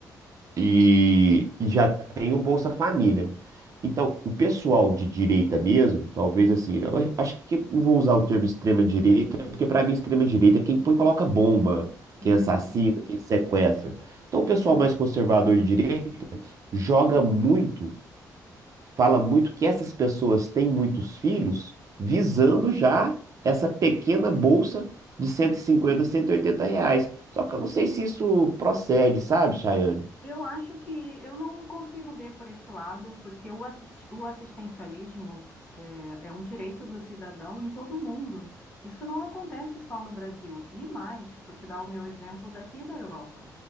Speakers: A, on the right; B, on the left.
A: E, e já tem o Bolsa Família. Então, o pessoal de direita mesmo, talvez assim, eu acho que não vou usar o termo extrema direita, porque para mim extrema direita é quem põe e coloca bomba,
B: Uhum.
A: quem assassina, quem sequestra. Então, o pessoal mais conservador de direita joga muito fala muito que essas pessoas têm muitos filhos visando já essa pequena bolsa de cento cento e cinquenta cento e oitenta reais. Só que eu não sei se isso procede, sabe, Chayane?
B: Eu acho que eu não consigo ver por esse lado, porque o, assis- o assistencialismo é, é um direito do cidadão em todo o mundo. Isso não acontece só no Brasil. E mais, vou te dar o meu exemplo daqui da Europa.